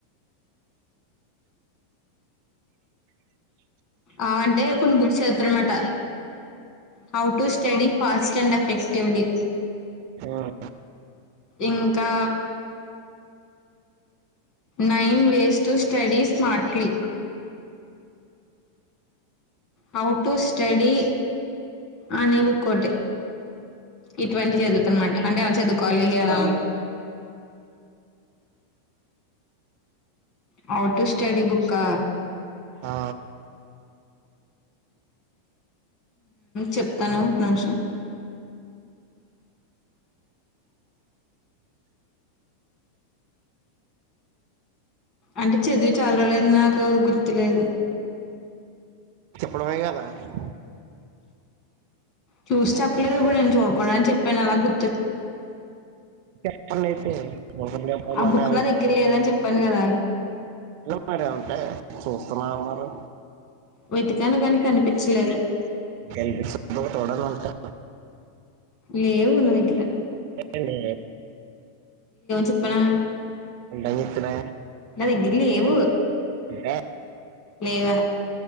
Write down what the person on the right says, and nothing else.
ఆ.
ఆ.
చెప్పడమే కదా చదివి-
కదా చదివి-
చెప్పండి అయితే ఒకటి చెప్పమని
ఏమో మరి అంతే చూస్తున్నా ఉన్నారు
కనిపిస్తుందో చూడండి అంటే
ఏంటి
ఉంటాయని చెప్తున్నా
అంటే